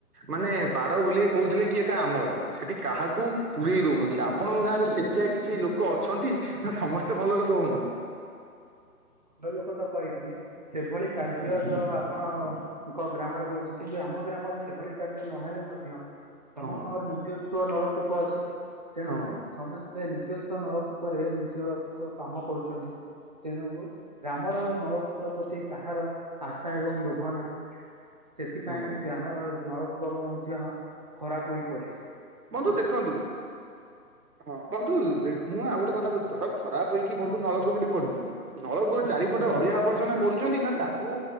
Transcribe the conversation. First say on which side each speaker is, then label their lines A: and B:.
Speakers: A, on the right; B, on the right.
A: ମାନେ ବାର ବୁଲି କହୁଥିଲେ କି? ଆମର ସେଠି କାହାକୁ ପୁରେଇ ଦଉନଥିଲା ଆପଣଙ୍କ ଗାଁରେ ସେମିତିଆ କିଛି ଲୋକ ଅଛନ୍ତି ନା <unintelligible> ସମସ୍ତେ ଭଲ ଲୋକ ହୁଅନ୍ତୁ।
B: ହ ଭଲ ଲୋକ ତ କହିବିନି ସେଭଳି କାର୍ଯ୍ୟ ତ ଆପଣ ଗ୍ରାମରେ ହଉଛି କିନ୍ତୁ? ଆମ ଗ୍ରାମରେ ସେଭଳି କାର୍ଯ୍ୟ ନହେଲେ ମଧ୍ୟ ସମସ୍ତଙ୍କର
A: ହଁ
B: ନିଜସ୍ୱ ନଳକୂପ ଅଛି ତେଣୁ
A: ହଁ ବନ୍ଧୁ
B: ସମସ୍ତ ସେ ନିଜସ୍ୱ ନଳକୂପରେ ନିଜସ୍ଵ କାମ କରୁଛନ୍ତି ତେଣୁ ଗ୍ରାମର ନଳକୂପ ପ୍ରତି କାହାର ଆଶା ଏବଂ ଲୋଭ ନାହିଁ। ସେଥିପାଇଁ
A: ହଁ ବନ୍ଧୁ
B: ଗ୍ରାମର ନଳପୂକୋପ ମଧ୍ୟ ଖରାପ ହେଇ ପଡିଚି।
A: ବନ୍ଧୁ ଦେଖନ୍ତୁ ହଁ ବନ୍ଧୁ ମୁଁ ଆଉ ଗୋଟେ କଥାଛି ଧର ଖରାପ ହେଇକି ବନ୍ଧୁ ନଳକୂପଟି ପଡୁଛି ନଳକୂପ ଚାରିପଟେ ଅଳିଆ ଆବର୍ଜନା କରୁଛନ୍ତି ନା ତାକୁ